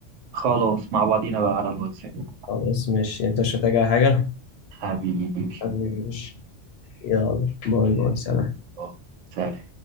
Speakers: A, on the right; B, on the left.
A: خلاص مع بعضينا بقى على الواتساب
B: خلاص ماشي انت مش هتحتاج اي حاجة
A: حبيبي
B: حبيبي ماشي. يلا باي باي سلام
A: آه، سلام